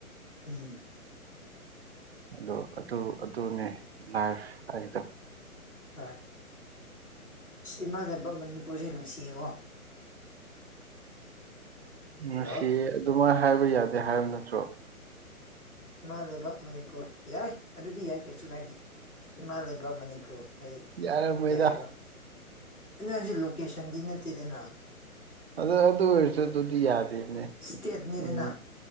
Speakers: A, on the left (about 80°); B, on the right (about 45°).
A: ꯎꯝ
B: ꯑꯗꯣ ꯑꯗꯨ ꯑꯗꯨꯅꯦ ꯂꯥ꯭ꯏꯞ ꯍꯥꯏꯗꯣ
A: ꯍꯣꯏ ꯏꯃꯥꯟ ꯂꯩꯕꯥꯛ ꯃꯅꯤꯄꯨꯔꯁꯦ ꯅꯨꯡꯁꯤꯌꯦꯀꯣ ꯍꯜꯂꯣ
B: ꯉꯁꯤ ꯑꯗꯨꯃꯥꯏꯅ ꯍꯥꯏꯕ ꯌꯥꯗꯦ ꯍꯥꯏꯕ ꯅꯠꯇ꯭ꯔꯣ
A: ꯏꯃꯥ ꯂꯩꯕꯥꯛ ꯃꯅꯤꯄꯨꯔ ꯌꯥꯏ ꯑꯗꯨꯗꯤ ꯌꯥꯏ ꯀꯩꯁꯨ ꯀꯥꯏꯗꯦ ꯏꯃꯥ ꯂꯩꯕꯥꯛ ꯃꯅꯤꯄꯨꯔ ꯍꯥꯏꯗꯤ
B: ꯌꯥꯔꯝꯃꯣꯏꯗ
A: ꯌꯥꯏꯕ ꯑꯩꯅꯥ ꯍꯥꯢꯁꯦ ꯂꯣꯀꯦꯁꯟꯗꯤ ꯅꯠꯇꯦꯗꯅ
B: ꯑꯗꯣ ꯑꯗꯨ ꯑꯣꯏꯔꯁꯨ ꯑꯗꯨꯗꯤ ꯌꯥꯗꯦꯅꯦ
A: ꯏꯁꯇꯦꯠꯅꯤꯗꯅ
B: ꯎꯝ